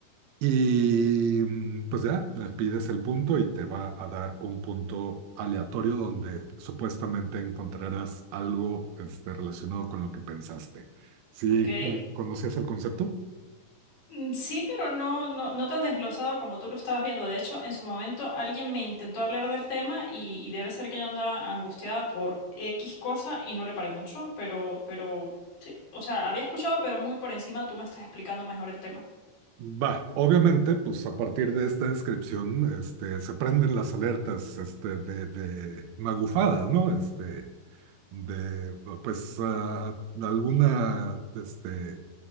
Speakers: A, on the right; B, on the left.
A: Y mm, pues ya, le pides el punto y te va a dar un punto aleatorio donde supuestamente encontrarás algo este, relacionado con lo que pensaste. Si
B: Ok.
A: conocías el concepto?
B: Mm, Sí, pero no, no, no tan desglosado como tú lo estabas viendo. De hecho, en su momento alguien me intentó hablar del tema y, y debe ser que yo andaba angustiada por X cosa y no le paré mucho, pero, pero sí. O sea, había escuchado, pero muy por encima tú me estás explicando mejor el tema.
A: Va, obviamente, pues a partir de esta descripción este, se prenden las alertas este, de, de magufadas, ¿no? Este, de pues ah, alguna este,